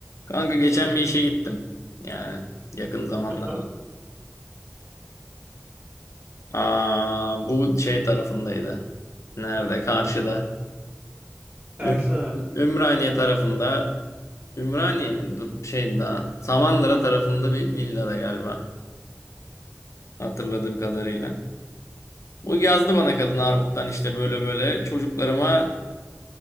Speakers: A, on the left (about 80°); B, on the right (about 35°).
A: Kanka geçen bir işe gittim. Yani yakın zamanlarda.
B: Ha?
A: Aa, bu şey tarafındaydı. Nerede? Karşıda.
B: Tersten
A: Üm-
B: er-
A: Ümraniye tarafında. Ümraniye mi? Dur şey daha. Samandıra tarafında bir villada galiba. Hatırladığım kadarıyla. O yazdı bana kadın Armut'tan işte böyle böyle çocuklarıma